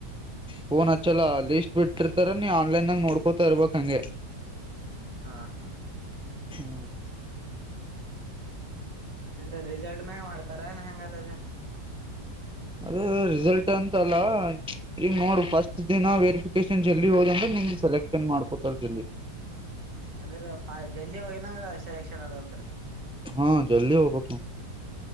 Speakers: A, in the centre; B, on the right (about 85°).
A: ಫೋನ್ ಹಚ್ಚಲ್ಲಾ ಲೀಸ್ಟ್ ಬಿಟ್ಟಿರ್ತಾರ ನೀ ಆನಲೈನಾಗ ನೋಡ್ಕೋತಾ ಇರ್ಬೇಕ್ ಹಂಗೆ
B: ಹಾ ಹಾ
A: ಹ್ಮ
B: ಅಂದ್ರ ರಿಸಲ್ಟ್ ಮ್ಯಾಗ ಮಾಡ್ತಾರ ಏನ ಹೆಂಗಲ್ಲದೆ
A: ಅದ್ ರಿಸಲ್ಟ್ ಅಂತ ಅಲ್ಲ ಈಗ ನೋಡ ಫಸ್ಟ್ ದಿನ ವೆರಿಫಿಕೇಶನ್ ಜಲ್ದಿ ಹೋದ ಅಂದ್ರ ನಿನ್ಗ ಸೆಲೆಕ್ಷನ್ ಮಾಡ್ಕೊತಾರ ಜಲ್ದಿ
B: ಅಂದ್ರ ಫೈ ಜಲ್ದಿ ಹೋಗಿನಂಗರ ಸೆಲೆಕ್ಷನ್ ಅದ ಅಂದ್ರ
A: ಹ್ಮ್ ಜಲ್ದಿ ಹೋಬಕ್ಕ ನೋಡ್